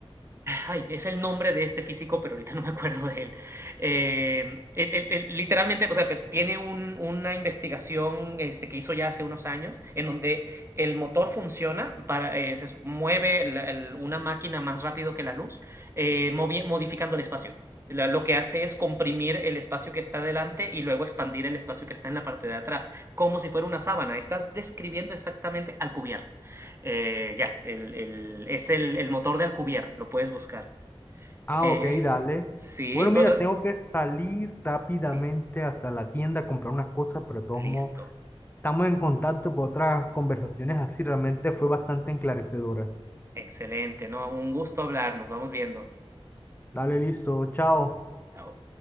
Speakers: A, on the right; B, on the left.
A: Ay, es el nombre de este físico, pero ahorita no me acuerdo de él. Eh, él- él- él literalmente, o sea, pe- tiene un- una investigación este, que hizo ya hace unos años, en donde el motor funciona, para, eh, se s- mueve la- el- una máquina más rápido que la luz, eh, movi- modificando el espacio. Lo, lo que hace es comprimir el espacio que está delante y luego expandir el espacio que está en la parte de atrás, como si fuera una sábana. Estás describiendo exactamente al cubierto. Eh, ya, el, el- es el, el motor de Alcubierre, lo puedes buscar.
B: Ah,
A: Eh,
B: ok, dale.
A: sí,
B: Bueno, mira,
A: bueno,
B: tengo que salir rápidamente
A: sí,
B: hacia la tienda a comprar unas cosas, pero de todos
A: listo,
B: modos, estamos en contacto por otras conversaciones así. Realmente fue bastante enclarecedora.
A: excelente, ¿no? Un gusto hablar, nos vamos viendo.
B: Dale, listo, chao.
A: Chao.